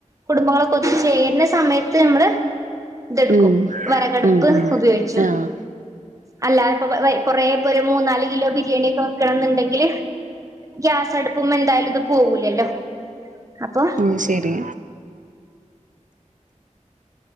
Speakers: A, on the right; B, on the right.
A: കുടുംബങ്ങളൊക്കെ ഒത്ത് ചേര്ണ സമയത്ത് ഞമ്മള് ഇതെടുക്കും
B: ഉം
A: വെറകടുപ്പ്
B: ഉം ഉം
A: ഉപയോഗിച്ചും
B: ആഹ്
A: അല്ല ഇപ്പൊ വയ് കൊറേ ഇപ്പൊരു മൂന്നാല് കിലോ ബിരിയാണി ഒക്കെ വെക്കണംന്ന്ണ്ടെങ്കില് ഗ്യാസ്‌ അടുപ്പുമ്മ എന്തായാലും ഇത് പോകൂലല്ലോ അപ്പൊ
B: ഓ ശരി